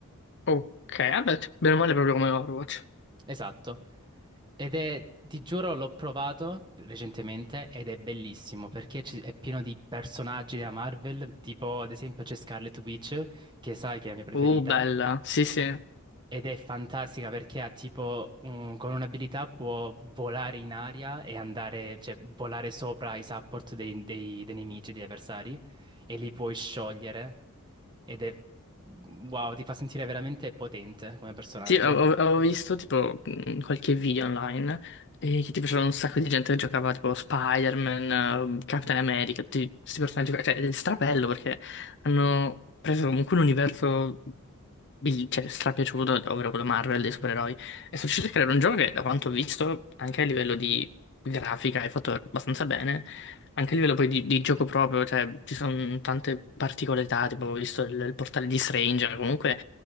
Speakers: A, on the left; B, on the right.
A: ok, vabbè, bene o male proprio come Overwatch.
B: Esatto. Ed è, ti giuro, l'ho provato recentemente ed è bellissimo perché ci- è pieno di personaggi della Marvel, tipo ad esempio c'è Scarlet Witch, che sai che è la mia preferita,
A: Uh, bella, sì, sì.
B: ed è fantastica perché ha tipo, un- con un'abilità può volare in aria e andare, cioè volare sopra i support dei, dei dei nemici, degli avversari, e li puoi sciogliere. Ed è, wow, ti fa sentire veramente potente come personaggio.
A: Sì, avevo avevo visto tipo mh, qualche video online e che tipo c'era un sacco di gente che giocava tipo Spider-Man, eh, Captain America, tutti questi personaggi, qua. cioè è strabello perché hanno preso comunque un universo bi- cioè, strapiaciuto, ovvero quello Marvel dei supereroi, e sono riusciti a creare un gioco che da quanto ho visto anche a livello di grafica è fatto abbastanza bene, anche a livello poi di, di gioco proprio, cioè ci sono tante particolarità, tipo ho visto il, il portale di Stranger, comunque...